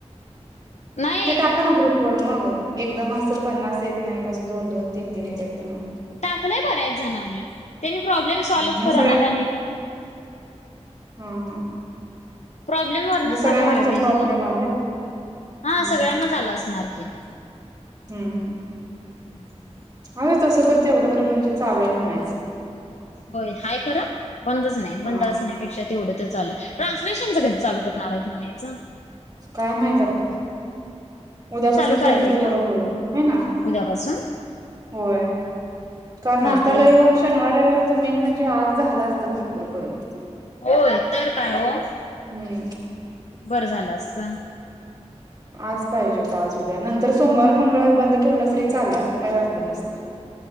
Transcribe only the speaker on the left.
नाही.
टाकलंय बऱ्याच जणांनी त्यांनी प्रॉब्लेम सॉल्वच
करणात
आणि
प्रॉब्लेम वरनं
सॉल्व व्हायला
पाहिजे
नाही
हा
सगळ्यांनाचं आलं असणार की.
ह <unintelligible>
होय हाय खरं बंदच नाही
बंद असण्यापेक्षा तेवढं तर चालू आहे ट्रान्सलेशनच कधी चालू कर णार आहेत म्हणायचं.
चालू करायला
पाहिजे
उद्यापासून
चालतय
होय तर काय ओ
बरं झालं असत.